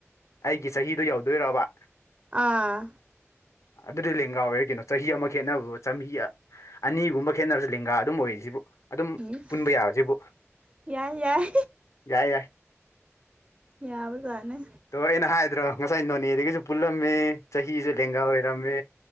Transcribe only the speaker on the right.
ꯑꯥ
ꯏꯁ
ꯌꯥꯏ ꯌꯥꯏ
ꯌꯥꯕ ꯖꯥꯠꯅꯤ